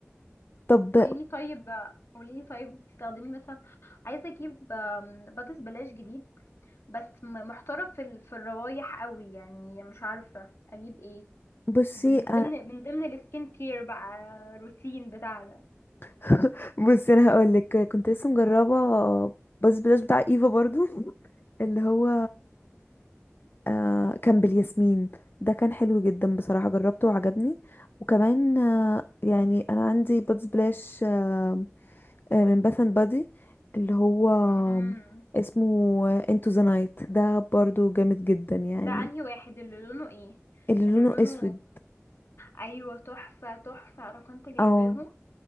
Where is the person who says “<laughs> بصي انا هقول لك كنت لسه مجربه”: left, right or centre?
Left